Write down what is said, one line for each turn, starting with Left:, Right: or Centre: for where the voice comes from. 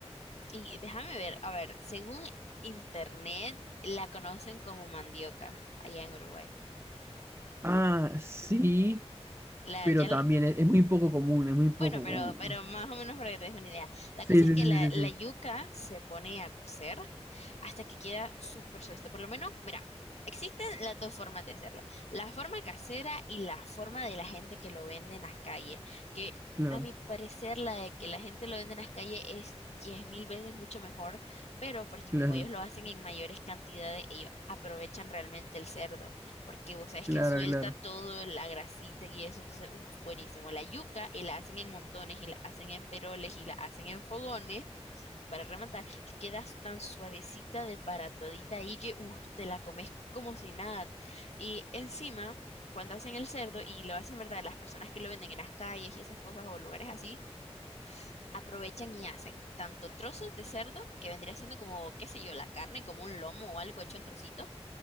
Left: Y déjame ver, a ver, según internet la conocen como mandioca allá en Uruguay.
Right: Ah, sí,
Left: La,
Right: pero
Left: ya, l-
Right: también es, es muy poco común, es muy poco
Left: bueno, pero,
Right: común.
Left: pero más o menos para que te des una idea. La
Right: Sí,
Left: cosa es
Right: sí,
Left: que
Right: sí,
Left: la,
Right: sí,
Left: la
Right: sí,
Left: yuca
Right: sí.
Left: se pone a cocer hasta que queda súper suave. Por lo menos, mira, existen las dos formas de hacerlo. La forma casera y la forma de la gente que lo vende en las calles, que
Right: Claro,
Left: a mi parecer la de que la gente lo vende en las calles es diez mil veces mucho mejor, pero porque
Right: claro,
Left: como ellos lo hacen en mayores cantidades, ellos aprovechan realmente el cerdo, porque vos sabes
Right: claro,
Left: que suelta
Right: claro,
Left: todo, la grasita y eso, entonces, uff, buenísimo. La yuca y la hacen en montones y la hacen en peroles y la hacen en fogones para rematar, te quedas tan suavecita, desbaratadita ahí que uf, te la comes como si nada. Y encima, cuando hacen el cerdo, y lo hacen, ¿verdad? Las personas que lo venden en las calles y esas cosas o lugares así, aprovechan y hacen tanto trozos de cerdo, que vendría siendo como, qué sé yo, la carne, como un lomo o algo hecho en trocitos,